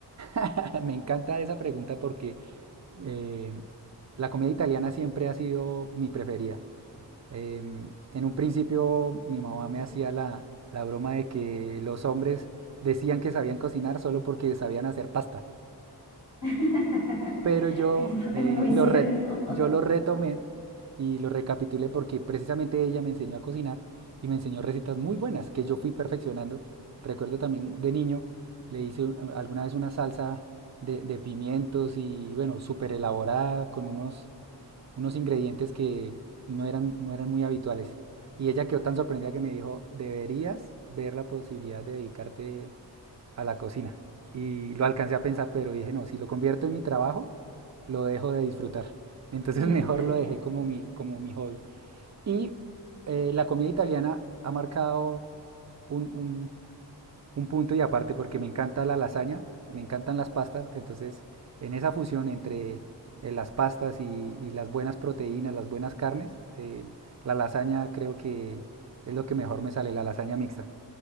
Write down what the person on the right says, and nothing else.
<laughs> me encanta esa pregunta porque eh, la comida italiana siempre ha sido mi preferida. Eh, en un principio mi mamá me hacía la, la broma de que los hombres decían que sabían cocinar solo porque sabían hacer pasta.
pero yo
eh,
lo re- yo lo retomé y lo recapitulé porque precisamente ella me enseñó a cocinar y me enseñó recetas muy buenas que yo fui perfeccionando. Recuerdo también de niño, le hice un- alguna vez una salsa de, de pimientos y bueno, súper elaborada con unos, unos ingredientes que no eran, no eran muy habituales. Y ella quedó tan sorprendida que me dijo, deberías ver la posibilidad de dedicarte a la cocina. Y lo alcancé a pensar, pero dije, no, si lo convierto en mi trabajo, lo dejo de disfrutar. Entonces
<laughs> mejor
lo dejé como mi, como mi hobby. Y eh, la comida italiana ha marcado un, un- un punto y aparte porque me encanta la lasaña, me encantan las pastas, entonces en esa fusión entre eh, las pastas y, y las buenas proteínas, las buenas carnes, eh, la lasaña creo que es lo que mejor me sale, la lasaña mixta.